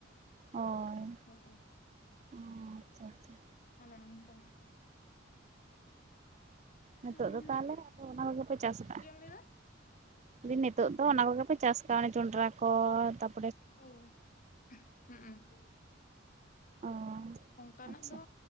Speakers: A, on the right; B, on the left.
A: ᱦᱳᱭ
B: ᱦᱚᱸᱜ ᱚᱸ
A: ᱚ ᱟᱪᱪᱷᱟ ᱟᱪᱪᱷᱟ
B: ᱚᱱᱮ ᱚᱱᱠᱟ
A: ᱩᱸ ᱱᱤᱛᱚᱜ
B: ᱦᱩᱸ
A: ᱫᱚ ᱛᱟᱦᱚᱞᱮ ᱟᱫᱚ ᱚᱱᱟ ᱠᱚᱜᱮ ᱯᱮ ᱪᱟᱥ ᱠᱟᱜᱼᱟ
B: ᱪᱮᱫ
A: ᱾
B: ᱮᱢ ᱞᱟᱹᱭᱫᱟ?
A: ᱫᱟ. ᱧ ᱱᱤᱛᱚᱜ ᱫᱚ ᱚᱱᱟ ᱠᱚᱜᱮ ᱯᱮ ᱪᱟᱥ ᱠᱟᱜᱼᱟ ᱡᱚᱸᱰᱨᱟ ᱠᱚ ᱛᱟᱯ
B: ᱦᱳᱭ ᱦᱩᱜ ᱩ
A: ᱚ
B: ᱚᱱᱠᱟᱱᱟᱜ
A: ᱟᱪᱪᱷᱟ
B: ᱫᱚ